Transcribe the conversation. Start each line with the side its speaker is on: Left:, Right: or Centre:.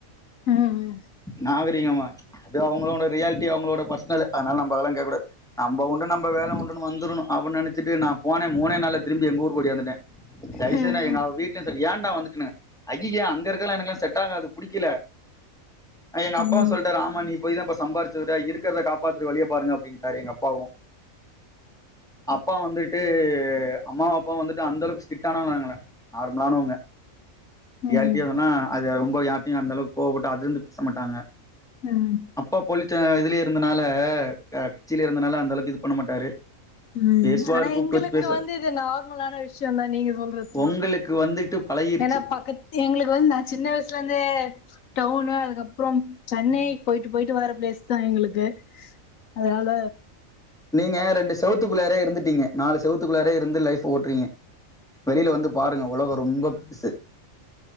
Left: ம்
Centre: நாக ரிகமா அது அவுங்களோன ரியாலிட்டி அவுங்களோட பர்ஸ்னலு அதுனால நம்ப அதலா கேக்க கூடாது நம்ப உண்டு நம்ப வேல உண்டுன்னு வந்துரனு அப்பின் நெனச்சட்டு நா போன மூனே நாள்ல திரும்பி எங்க ஊருக்கு ஓடியாந்துட்டே தய்செய்து
Left: ம்
Centre: நா எங்க வீட்லயு செரி யான் டா வந்துட்டனு அய்யய அங்கருக்கதுலா எனக்குலா செட் ஆகாது புடிக்கல அ எங்க அப்பாவு
Left: ம்
Centre: சொல்ட்டாரு ஆமா நீ போயிதா இப்ப சம்பாரிச்சதுட இருக்குறத காப்பாத்துற வழிய பாருங்க அப்டின்ட்டாரு எங்க அப்பாவு ப்பா வந்துட்டு அம்மா அப்பாவு வந்துட்டு அந்தளவுக்கு ஸ்டானவங்கலல நார்மலானவங்க
Left: ம்
Centre: ரியாலிட்டியா
Left: ம்
Centre: சொன்னா அது ரொம் போயி யார்டையு அந்தளவுக் கோவப்பட்டு அதுருந்து பேச மாட்டாங்க
Left: ம்
Centre: அப்பா போலிட்ச இதுலயே ருந்தனால ஆ கச்சில இருந்தனால அந்த அளவுக்கு இது பண்ண மாட்டாரு
Left: ம்
Centre: பேசுவாரு
Left: ஆனா
Centre: கூப்ட்டு
Left: எங்களுக்கு
Centre: வச்சு பேசுவாரு
Left: வந்து இது நா ர்மலான விஷயோதா நீங்க சொல்றதுலா
Centre: உங்களுக்கு வந்துட்டு பழகிருச்சு
Left: ஏன்னா பக்கத்து எங்களுக்கு வந்து நா சின்ன வயசுலந்தே டவுனு அதுக்கப்புறோ சென்னை போயிட்டு போயிட்டு வர பிளேஸ்தா எங்களுக்கு அதனால
Centre: நீங்க ரெண்டு செவுத்துக்குள்ளாரே இருந்துட்டீங்க நாலு செவத்துக்குள்ளாரே இருந்து லைஃப் ஓட்டுறீங்க வெளியில வந்து பாருங்க உலக ரொம்ப பெருசு